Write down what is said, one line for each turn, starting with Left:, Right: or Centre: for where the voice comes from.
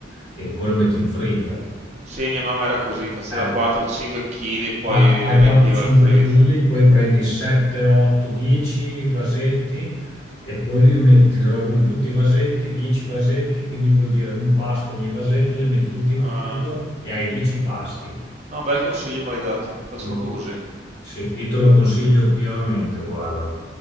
Left: e poi lo metti in freezer.
Right: Sì, mia mamma era così, faceva
Left: Eh,
Right: 4-5 kg e poi
Left: fa- fai
Right: riempiva
Left: 4-5
Right: il freezer.
Left: kg, poi prendi 7, 8, 10 vasetti e poi li metti il ragù in tutti i vasetti, 10 vasetti, quindi vuol dire un pasto ogni vasetto, li metti tutti in
Right: Ah,
Left: freezer e hai 10 pasti.
Right: no, un bel consiglio mi hai dato, faccio
Left: Mm.
Right: proprio così.
Left: Sì, io te lo consiglio vivamente, guarda.